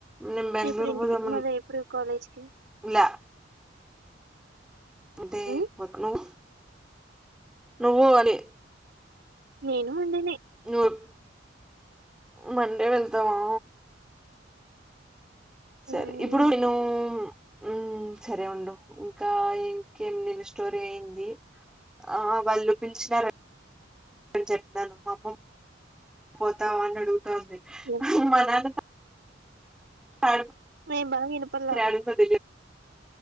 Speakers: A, in the centre; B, on the right.
A: నేను బెంగళూరు
B: ఇప్పుడు ఇంటికి
A: పోదాం
B: మళ్ళ ఎప్పుడు కాలేజ్కి
A: అనుకులా మండే
B: హ్మ్?
A: పోత్ నువ్వు నువ్వు అని
B: నేను మండే నే
A: నూరు మండే వెళ్తావా
B: హ్మ్.
A: సరే ఇప్పుడు నేను ఉ సరే ఉండు ఇంకా ఇంకేమి నెల స్టోరీ అయింది ఆ వాళ్ళు పిలిచినార చెప్పతాను అమ్మ పోతా అన్నాడు ంది
B: హ్మ్.
A: మనాల సా
B: నేను బాగా వినపడలా.
A: తడుపద